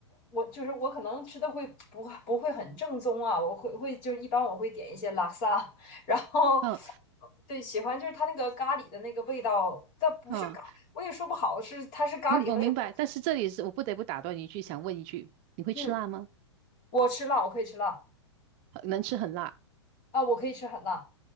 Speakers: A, on the left; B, on the right.
A: 我就是我可能吃的会不不会很正宗啊，我会会就是一般我会点一些拉萨，<laughs> 然后
B: 嗯
A: 对喜欢就是它那个咖喱的那个味道，但不是咖，
B: 嗯，
A: 我也说不好是它是咖喱和什么东西。
B: 我我明白。但是这里是我不得不打断你一句，想问一句，你会吃辣吗？
A: 嗯，嗯我吃辣，我可以吃辣
B: 呃能吃很辣？
A: 啊，我可以吃很辣，